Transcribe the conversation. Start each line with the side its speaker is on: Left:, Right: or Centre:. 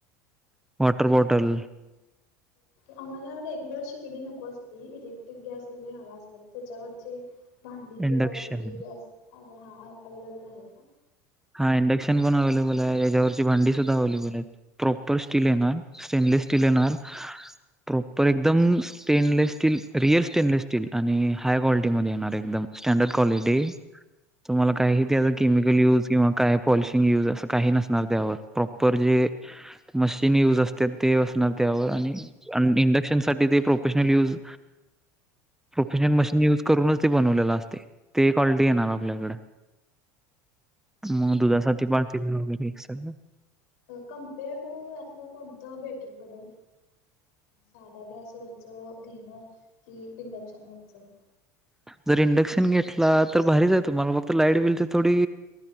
Centre: वॉटर बॉटल
Left: हा आम्हाला रेग्युलर शिगडी नको असती इलेक्ट्रिक गॅस वगैरे हवा असला तर त्याच्यावरचे भांडी
Centre: इंडक्शन
Left: किंवा इलेक्ट्रिक गॅस अवेलेबल आहे का?
Centre: हा इंडक्शन पण अवेलेबलय, याच्यावरची भांडी सुद्धा अवेलेबलय. प्रॉपर स्टील येणार स्टेनलेस स्टील येणार प्रॉपर
Left: हा
Centre: एकदम stainless steel real stainless steel आणि हाय क्वालिटीमध्ये येणार एकदम स्टँडर्ड क्वालिटी तुम्हाला काही त्याचा केमिकल युज किंवा काय पॉलिशिंग यूज असं काही नसणार त्यावर प्रॉपर जे मशीन युज असते ते असणार त्यावर आणि इंडक्शन साठी ते professional use professional machine use करूनच ते बनवलेलं असतय ते क्वालिटी येणार आपल्याकड. मग दुधासाठी पातील व वेग सग
Left: कम्पेअर टू यातलं कोणतं बेटर पडेल? साधा गॅसवरचं घेणं कि इंडक्शनवरचं?
Centre: जर इंडक्शन घेतला तर भारीचय तुम्हाला फक्त लाईट बिलची थोडी